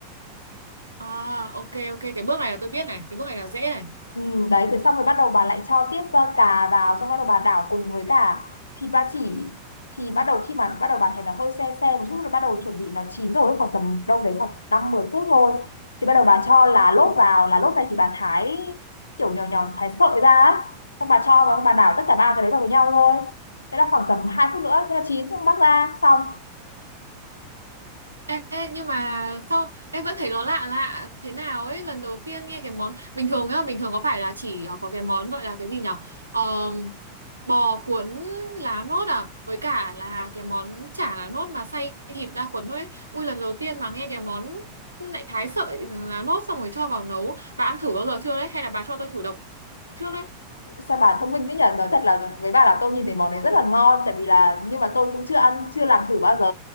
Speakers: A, on the right; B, on the left.
A: À, ok ok cái bước này là tôi biết này, cái bước này là dễ này.
B: Ừ, đấy thế xong rồi bắt đầu bà lại cho tiếp ờ, cà vào xong bắt đầu bà đảo cùng với cả thịt ba chỉ thì bắt đầu khi mà bắt đầu bà thấy nó hơi se se một chút rồi bắt đầu chuẩn bị nó chín rồi khoảng tầm đâu đấy khoảng năm mười phút thôi thì bắt đầu bà cho lá lốt vào lá lốt này thì bà thái kiểu nhỏ nhỏ thái sợi ra á. xong bà cho vào bà đảo tất cả ba cái đấy vào với nhau thôi thế là khoảng tầm hai phút nữa thế là chín xong bắt ra xong
A: Ê, ê, nhưng mà sao em vẫn thấy nó lạ lạ thế nào ấy lần đầu tiên nghe cái món bình thường nhá bình thường có phải là chỉ ờ, có cái món gọi là cái gì nhở Ờ, bò cuốn lá nốt à với cả là cái món chả lá nốt mà xay thịt ra cuốn thôi ấy. Ui lần đầu tiên mà nghe cái món lại thái sợi lá nốt xong rồi cho vào nấu bà ăn thử bao giờ chưa đấy hay là bà cho tôi thử độc trước đấy
B: sao bà thông minh thế nhỉ nói thật là với bà là tôi nhìn thấy món đấy rất là ngon tại vì là nhưng mà tôi cũng chưa ăn chưa làm thử bao giờ